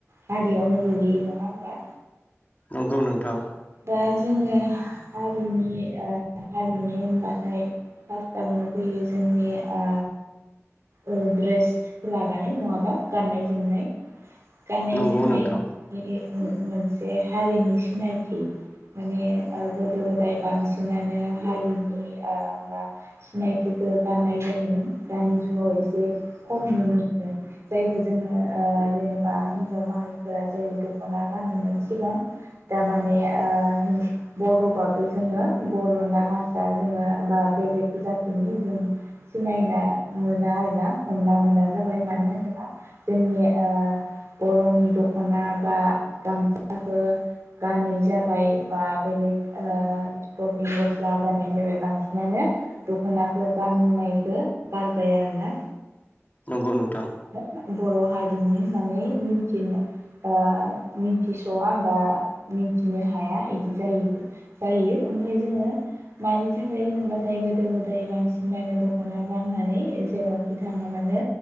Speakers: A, on the right (about 65°); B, on the left (about 35°).
A: हारियावनो गोलैयो नङा होमबा?
B: नंगौ नोंथां।
A: दा जोङो। हारिनि ओ हारिनि होनबाथाय। फार्स्टआवनो फैयो जोंनि ओ ओ ड्रेसखौ लानानै नङाबा गाननाय जोमनाय गाननाय
B: नंगौ
A: जोमनायनि
B: नोंथां
A: मोन मोनसे हारिनि सिनायथि माने ओ गोदो गोदाय बांसिनानो हारिनि बा सिनायथि बेखौ गाननाय जायोमोन। दानि जुगाव खम नुनो मोनो जायखौ जोङो ओ जेनेबा हिनजाव माहारिफोरा जेरै- दख'ना गाननोमोन सिगां दा माने ओ बर'बाबो जोङो बरना हारसा जोङो बा बेलेग जाथिनि जों सिनायना मोना आरोना हमना मोना जाबाय मानो होनोबा जोंनि बरनि दख'ना बा गामसाखौ गानै जाब बाय बा बेलेग ओ स्परटिं गस्ला गाननाय जाबाय बांसिनानो दखनाखौ गाननायखौ गारबाय आरोना
B: नंगौ नोंथां
A: <unintelligible> बर' हारिनि होननानै मिथि ओ मिथिसया बा मिथि बिनो हाया बिदि जायो जायो ओमफाय जोङो मानि थाखाय होनोब्लाथाय गोदो गोदाय बांसिनानो दख'ना गाननानै जेरावखि थाङा मानो